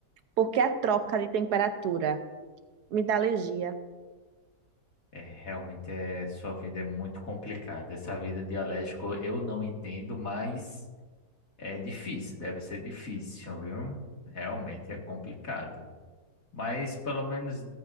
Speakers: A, on the right (about 80°); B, on the left (about 60°).
A: porque a troca de temperatura me dá alergia.
B: É, realmente é, sua vida é muito complicada. Essa vida de alérgico eu não entendo, mas é difícil, deve ser difícil, viu? Realmente é complicado. Mas pelo menos